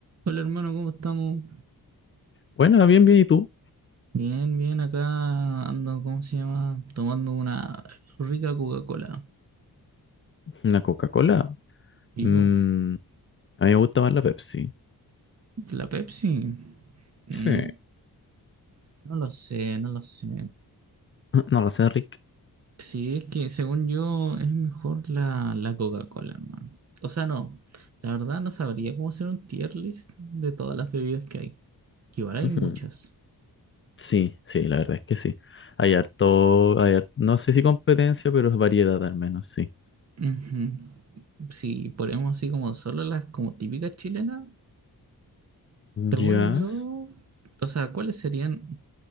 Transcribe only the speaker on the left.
Bueno, bien, bien. ¿Y tú?
¿Una Coca-Cola?
Mm,
a mí me gusta más la Pepsi.
Sí. <clears throat>
<laughs> No lo sé, Rick.
Ujú.
Sí, sí, la verdad es que sí. Hay harto, hay har- no sé si competencia, pero es variedad al menos, sí.
Jazz.